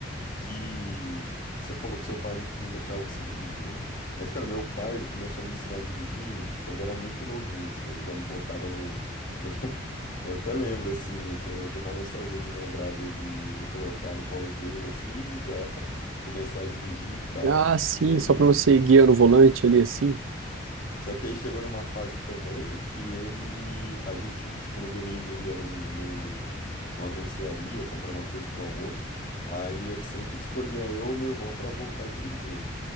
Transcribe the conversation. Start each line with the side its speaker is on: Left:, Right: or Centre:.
Left: que você falou que seu pai não, não deixava você dirigir, né? Mas, cara, meu pai, ele começou a me ensinar a dirigir quando eu era muito novinho, assim, ele já me botava no, no eu até lembro, assim, tenho, tenho uma nostalgia de lembrar dele me colocar no colo dele, assim, já <laughs> começar a dirigir e tal.
Right: Ah, sim,
Left: E aí
Right: só pra você ir guiando o volante ali, assim.
Left: só que aí chegou numa fase também que ele, a gente, tipo, no domingo ia num, num- numa mercearia comprar umas coisas pro almoço, aí ele sempre escolhia eu ou meu irmão para voltar dirigindo.